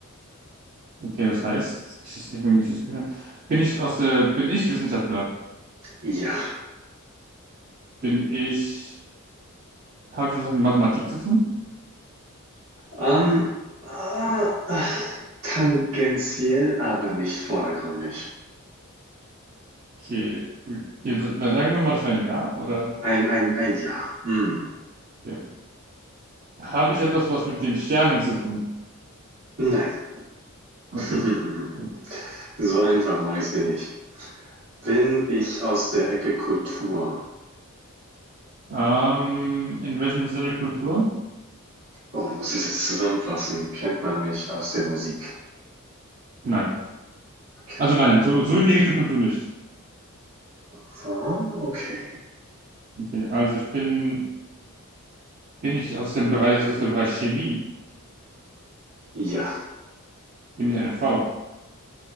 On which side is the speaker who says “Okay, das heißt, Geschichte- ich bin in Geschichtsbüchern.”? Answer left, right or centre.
Right